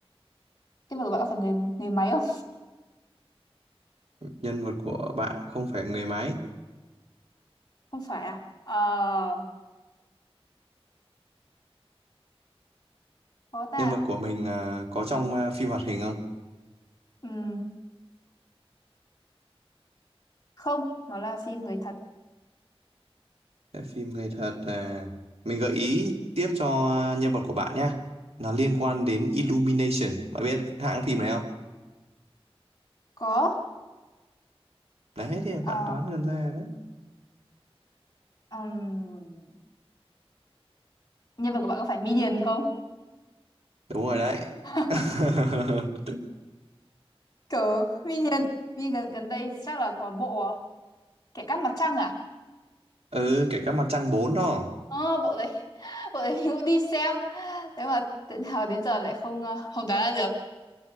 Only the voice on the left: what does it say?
Cái vật của bạn có phải người người máy không?
Không phải à? Ờ, có ta.
Ừm, không, nó là phim người thật.
Có.
Ờ,
ừm, nhân vật của bạn có phải Minion không?
<laughs>
Cờ Minion. Minion gần, gần đây chắc là có bộ à, Kẻ cắp mặt trăng à?
Ờ, bộ đấy. <laughs> Bộ đấy mình cũng đi xem. Thế mà đến nào đến giờ lại không ờ, không đoán ra được.